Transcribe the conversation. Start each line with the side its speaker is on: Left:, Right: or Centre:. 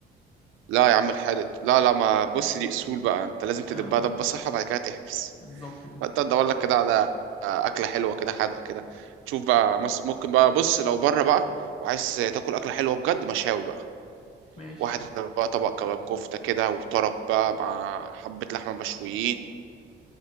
Right: لا يا عم الحادق لا لا ما بص دي اصول بقى انت لازم تدبها
Left: اه
Right: دبه صح وبعد كده تحبس
Left: بالظبط كده
Right: فانت ادور لك كده على اكله حلوه كده حادقه كده تشوف بقى مس- ممكن بقى بص لو بره بقى وعايز تاكل اكله حلوه بجد مشاوي بقى
Left: ماشي
Right: واحد بقى طبق كباب كفته كده وطرب بقى مع حبه لحمه مشويين